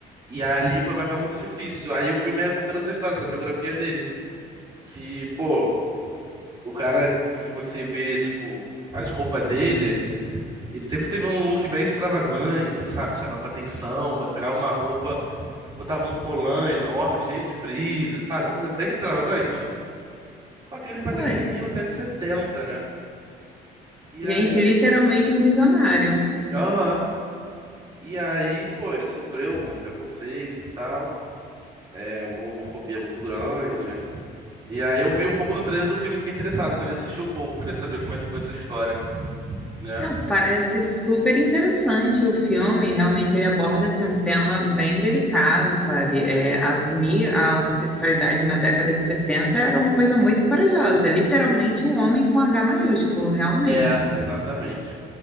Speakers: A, on the right; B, in the centre.
A: E ali foi marcar muito difícil. Aí o filme é contando essa história, essa biografia dele, que, pô, o cara, se você vê, tipo, as roupas dele Ele sempre teve um look bem extravagante, sabe? Chamava atenção, bot- pegava uma roupa, botava um colã enorme, cheio de brilho, sabe? Uma coisa bem extravagante. Só que ele fazia
B: foi.
A: isso em 1970, né? E
B: Gente,
A: aí.
B: literalmente um visionário.
A: Aham. E aí, pô, ele sofreu um preconceito e tal. É, uma homofobia muito grande. E aí eu vi um pouco do trailer do filme, fiquei interessado, eu queria assistir um pouco, queria saber como é que foi essa história, né?
B: Não, parece super interessante o filme. Realmente ele aborda assim, um tema bem delicado, sabe? É, assumir a homossexualidade na década de 70 era uma coisa muito corajosa. Literalmente um homem com H maiúsculo, realmente.
A: É, exatamente.